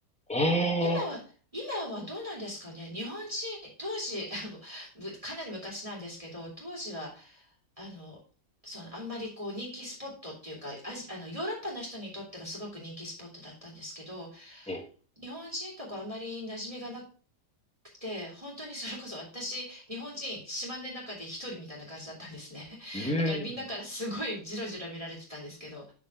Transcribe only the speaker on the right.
今は、
今はどうなんですかね。日本人、当時、<laughs> あのむかなり昔なんですけど、当時は、あの、その、あんまりこう人気スポットっていうか、アジあの、ヨーロッパの人にとってはすごく人気スポットだったんですけど、
日本人とかあんまり馴染みがなくて、本当にそれこそ私、日本人、島根の中で一人みたいな感じだったんですね。<laughs>
だからみんなからすごいジロジロ見られてたんですけど、